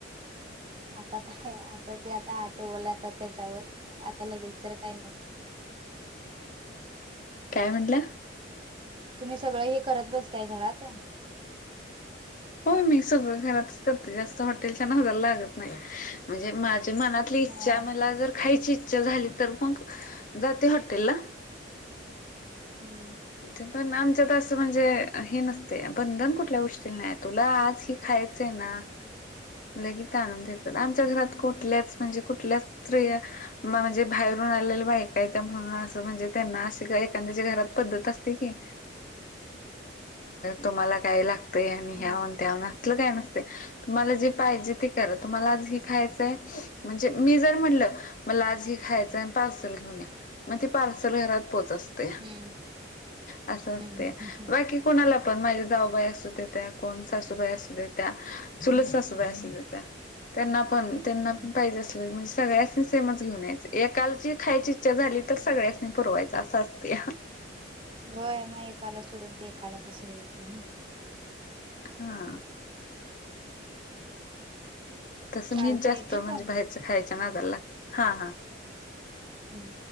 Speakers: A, on the right (about 25°); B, on the left (about 45°).
A: आता काय आता ते आता आटवल आता त्याच्यावर आता लगेच तर काय नाही?
B: काय म्हणाला?
A: तुम्ही सगळं हे करत बसताय घरात-
B: होय मी सगळं घरातच करते जास्त हॉटेलच्या नाहला लागत नाही म्हणजे माझ्या मनात-
A: हा
B: ली इच्छा मला जर खायची इच्छा झाली तर मग जाते हॉटेलला.
A: हम्म
B: ते पण आमच्यात असं म्हणजे हे नसतय बंधन कुठल्या गोष्टी ला नाही आहे तुला आज हे खायचं आहे ना? लगेच आणून देतात आमच्या घरात कुठल्याच म्हणजे कुठल्याच स्त्रिया म्हणजे बाहेरून आलेलं बायका आहेता म्हणून असं म्हणजे त्यांना एखद्या घरात पद्धत असते की तुम्हाला काय लागतय आणि ह्यावन
A: हा
B: त्याव असलं काय नसतय तुम्हाला जे पाहिजे ते करा तुम्हाला आज ही खायचंय म्हणजे मी जर म्हटलं मला आज ही खायचं आणि पार्सल घेऊन या मग ती पार्सल घरात पोहोचतते.
A: हम्म
B: असं असते
A: हम्म हम्म हम्म हम्म
B: बाकी कोणाला पण माझे जाऊबाई असू दे त्या कोण सासूई असू दे त्या चुल पण त्यां पण
A: हम्म
B: पाजे अस सगळ्यांसनी सेमच घेऊन यायच एकालची खायची इच्छा झाली तर सगळ्यासनी पररवायच असं असते.
A: होय मग एकाला सोडून ते एकाला कस ये होते ना
B: हा तसं
A: चालते
B: मीच जास्त
A: ठेवू
B: म्हणजे
A: का
B: बाहेरचं
A: मग
B: खायच नादायला लागते हा हा
A: हम्म